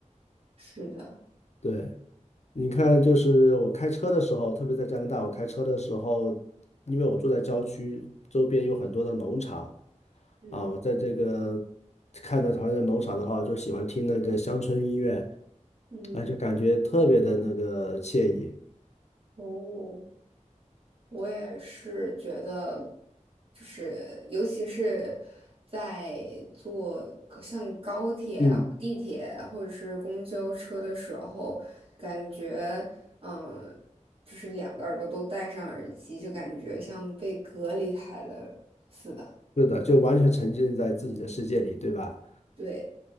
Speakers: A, on the right; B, on the left.
A: 是的，
B: 对，你看，就是我开车的时候，特别在加拿大，我开车的时候，因为我住在郊区，周边有很多的农场
A: 嗯。
B: 啊，我在这个看着旁边的农场的话，我就喜欢听那个乡村音乐，
A: 嗯嗯，
B: 啊，就感觉特别的那个惬意。
A: 哦，我也是觉得，就是尤其是在坐高像高铁啊、
B: 嗯，
A: 或地铁啊或者是公交车的时候，感觉嗯，就是两个耳朵都戴上耳机，就感觉像被隔离开了似的。
B: 是的，就完全沉浸在自己的世界里，对吧？
A: 对，